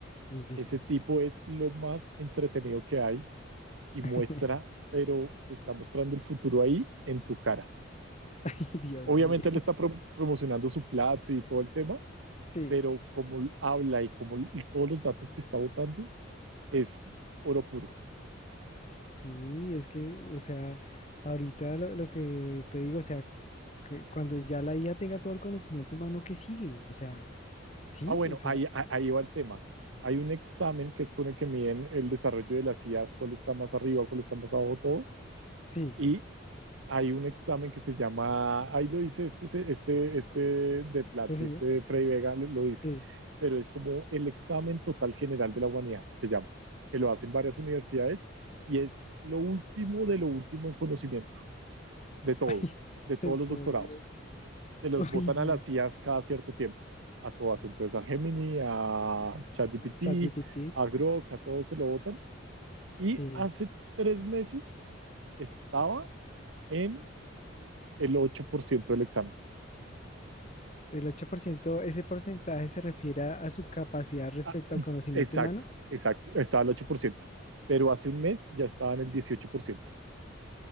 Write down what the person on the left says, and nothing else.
listo.
<laughs>
Ay, Dios
mío.
Sí,
sí, es que, o sea, ahorita lo, lo que te digo, o sea, que cuando ya la IA tenga todo el conocimiento humano, ¿qué sigue? O sea, sí,
o sea,
sí,
este señor,
sí.
<laughs>
Ay,
ay, por
Dios.
Uy,
no.
Ah, ChatGPT,
sí.
El 8%, ese porcentaje se refiere a, a su capacidad respecto
al conocimiento
humano.